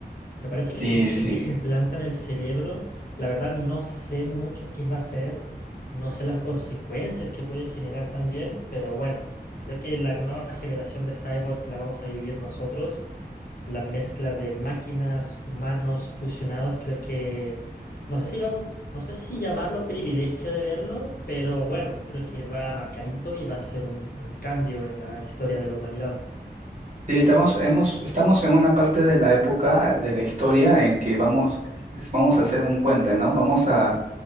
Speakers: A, on the left; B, on the right.
A: Me parece que
B: Sí,
A: es un chip
B: sí.
A: que se implanta en el cerebro. La verdad no sé mucho qué va a ser, no sé las consecuencias que puede generar también, pero bueno, creo que la nueva generación de cyborg la vamos a vivir nosotros. La mezcla de máquinas, humanos fusionados, creo que no sé si vam- no sé si llamarlo privilegio de verlo, pero bueno, creo que va a marcar hito y va a ser un un cambio en la historia de la humanidad.
B: Sí, estamos, hemos, estamos en una parte de la época de la historia en que vamos, vamos a hacer un puente, ¿no? Vamos a,